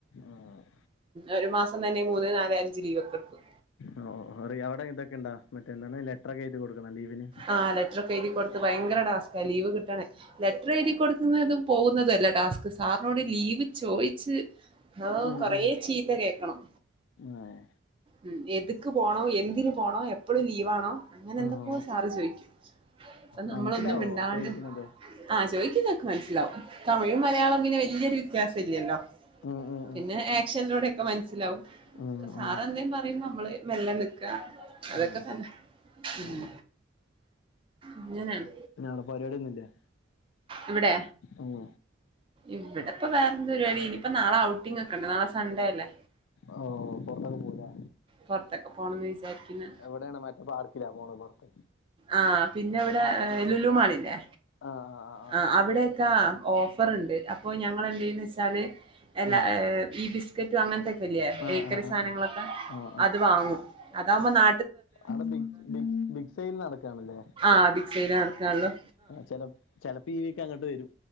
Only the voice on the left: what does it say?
ആഹ്.
അ ഓഓറി അവിടെ ഇതൊക്കെണ്ടാ മറ്റേ എന്താണ് ലെറ്ററൊക്കെ എഴുതി കൊടുക്കണോ ലീവിന്.
ഉം
ഉം
ആഹ്
ആഹ്
മനസ്സിലാവോ
ചോദിക്കണത്
ഉം ഉം
ഉം
ഉം ആഹ്
ആഹ്
ഉം
ഓഹ്
ഞ്ഞഅവ്ടെ പരിവാടിയൊന്നുല്ലേ?
ഉം..
ഓഹ് പൊറത്തൊക്കെ പോവുലെ.
എവിടേണ് മറ്റേ പാർക്കിലാ പോണെ പൊറ്ത്ത്?
ആഹ് ആഹ്
ആഹ്
ആഹ്
ആഹ് ആഹ്
ആഹ് ആഹ്
അവ്ടെ ബിഗ് ബിഗ് ബിഗ്സൈൽ നടക്കാണ്ല്ലേ.
ആ ചെല ചെലപ്പൊ ഈ വീക്കങ്ങട്ട് വരും.